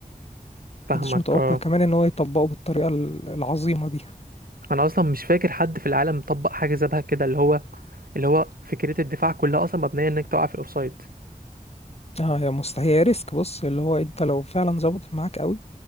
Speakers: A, on the right; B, on the left.
A: فاهمك
B: محدش متوقع
A: اه
B: كمان ان هو يطبقه بالطريقه ال- العظيمه دي
A: انا اصلا مش فاكر حد في العالم طبق حاجه شبه كده اللي هو اللي هو فكره الدفاع كلها اصلا مبنيه انك تقع في الاوفسايد
B: اه يا مستحيل هي ريسك بص اللي هو انت لو فعلا ظبطت معاك قوي